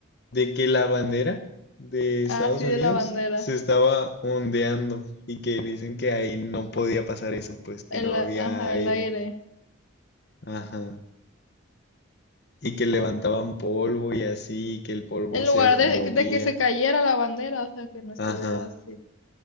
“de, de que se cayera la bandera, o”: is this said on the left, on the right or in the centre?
Left